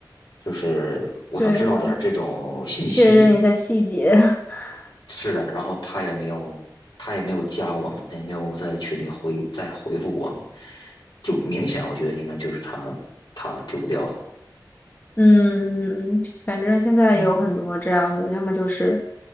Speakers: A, on the left; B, on the left.
A: 就是我想知道点儿这种信息。
B: 对呀、确认一下细节。<laughs>
A: 是的，然后他也没有，他也没有加我们，也没有在群里回再回复我们，就明显我觉得应该就是他他丢掉的。
B: 嗯，反正现在有很多这样的，
A: 嗯，
B: 要么就是